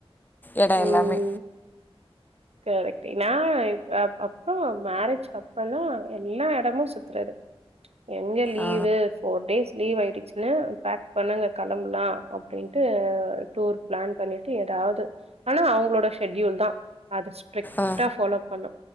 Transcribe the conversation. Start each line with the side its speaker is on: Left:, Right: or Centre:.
Left: எடோ
Right: ம்
Left: எல்லாமே
Right: கரெக்ட் நா அ அப்போ மேரேஜ்க்கு அப் பதா எல்லா எடமு சுத்துறது எங்க லீவு
Left: ஆ
Right: ஃபோர் டேஸ் லீவ் ஆயிடுச்சுன்னா பேக் பண்ணுங்க கெளம்பலா அப்டின்ட்டு டூர் பிளான் பண்ணிட்டு ஏதாவது ஆனா அவங்களோட ஷெட்யூல்தா அத ஸ்ட்ரிக்டா
Left: ஆ
Right: ஃபாலோ பண்ணோ